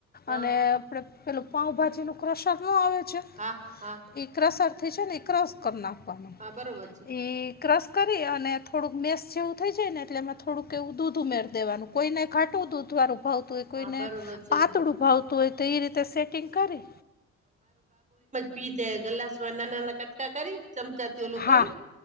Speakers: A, on the right; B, on the left.
A: હા
B: અને આપણે પેલું પાઉભાજીનું ક્રસક ન આવે છે
A: હા હા
B: એક રસ અર્થે હને એક રસ કરી નાખવાનો
A: હા બરોબર છે
B: એ ક્રશ કરી અને થોડુંક મેસ જેવું થઈ જાય ને એટલે એમાં થોડુંક એવું દૂધ ઉમેરી દેવાનું કોઈને ખાટું દૂધવાર ઉભાવતું હોય
A: હા
B: કોઈને
A: બરોબર છે
B: પાતળું ભાવતુહોય તો એ રીતે સેટિંગ કરી
A: પીધાય ગલાસમાં નાના નાના કટકા કરી ચમચાથી ઓલો
B: હા
A: કરી